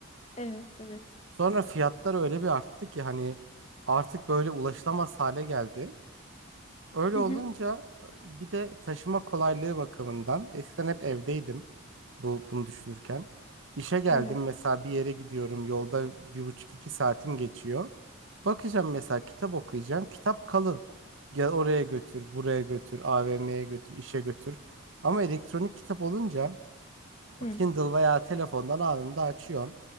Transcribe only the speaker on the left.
Evet, evet.
Hı hı,
evet.
Hı.